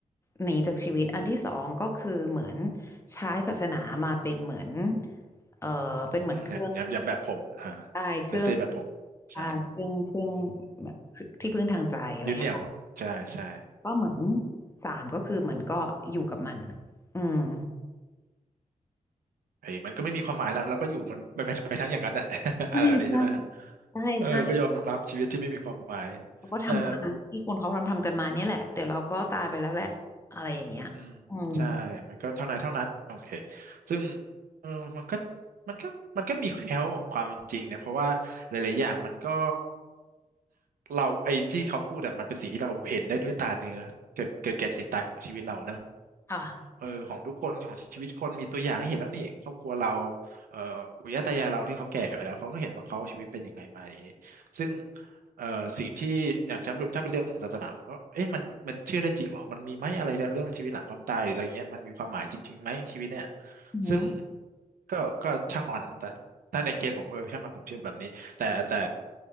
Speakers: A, on the left; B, on the right.
A: หนีจากชีวิตอันที่สองก็คือเหมือน
B: อืม
A: ใช้ศาสนามาเป็นเหมือนเอ่อเป็นเหมือนเครื่อง
B: อืมเนี่ยอย่างอย่างแบบผมอ่า
A: ได้เครื่อง
B: เลเซแบบผมใช่
A: ใช่เครื่องเครื่องแบบที่พึ่งทางใจอะไรอย่างเงี้ยค่ะ
B: ยึดเหนี่ยวใช่ใช่
A: ก็เหมือนสามก็คือเหมือนก็อยู่กับมันอืม
B: ไอ้ยมันก็ไม่มีความหมายแล้วเราก็อยู่มันไปไปไปทั้งอย่างนั้นแหละ <laughs>
A: ใช่ใช่
B: อะไรแบบนี้ใช่ไหม
A: ใช่ใช่
B: เออก็ยอมรับชีวิตที่ไม่มีความหมาย
A: เราก็ทำตามที่คนเขาทำทำกันมาเนี่ยแหละเดี๋ยวเราก็ตายไปแล้วแหละอะไรอย่างเงี้ยอืม
B: แต่ อืมใช่ มันก็เท่านั้นเท่านั้นโอเคซึ่งเออมันก็มันก็มันก็มีแคล้วของความเป็นจริงนะเพราะว่าหลายๆอย่างมันก็เราไอ้ที่เขาพูดอะมันเป็นสิ่งที่เราเห็นได้ด้วยตาเนื้อเกิดเกิดแก่เจ็บตายของชีวิตเราเนอะ
A: ค่ะ
B: เออของทุกคนของชีวิตคนมีตัวอย่างให้เห็นแล้วนี่ครอบครัวเราเอ่อปู่ย่าตายายเราที่เขาแก่ไปแล้วเขาก็เห็นว่าเขาชีวิตเป็นยังไงมาอย่างนี้ซึ่งเอ่อสิ่งที่อย่างฉันถ้าเป็นเรื่องของศาสนาผมก็เอ๊ะมันมันเชื่อได้จริงเหรอมันมีไหมอะไรเรื่องชีวิตหลังความตายหรืออะไรเงี้ยมันมีความหมายจริงๆไหมชีวิตเนี่ย
A: อืม
B: ซึ่งก็ก็ช่างมันแต่ถ้าในเคสผมเออช่างมันผมเชื่อแบบนี้แต่แต่